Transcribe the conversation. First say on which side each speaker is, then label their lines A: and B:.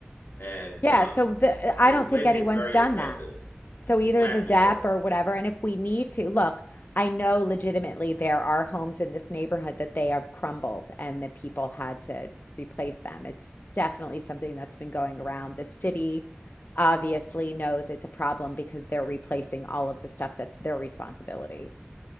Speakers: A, on the left; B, on the left.
A: And
B: Yeah,
A: um,
B: so the,
A: he said
B: I don't
A: replacing
B: think anyone's
A: is very
B: done
A: expensive.
B: that. So
A: It's
B: either
A: last
B: the ZEP
A: resort.
B: or whatever. And if we need to, look, I know legitimately there are homes in this neighborhood that they have crumbled and the people had to replace them. It's definitely something that's been going around. The city obviously knows it's a problem because they're replacing all of the stuff that's their responsibility.